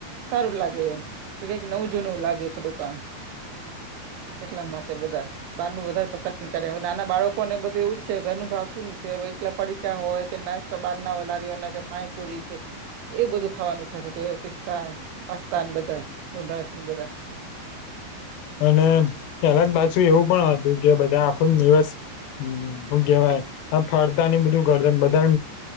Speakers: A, on the right (about 80°); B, on the left (about 80°).
A: સારું લાગે એમ, કે કઈક નવ જૂનું લાગે થોડું કામ. એટલા માટે બધા. બારનું વધારે પસંદ કરે અવે નાના બાળકોને બધું એવું જ છે ઘરનું ભાવતું નથી હવે એકલા પડીતા હોય કે નાસ્તા તો બારના હોય લારીઓના કે પાણી પૂરી કે એવું બધું ખાવાની ઈચ્છા થતી હોય પિસ્તા પાસ્તા બધા નૂડલ્સને બધા.
B: અને પહેલા જ પાછું એવું પણ હતું કે બધા આખો દિવસ હમ હું કેવાય. હ ફરતા ને બધું કરતા બધા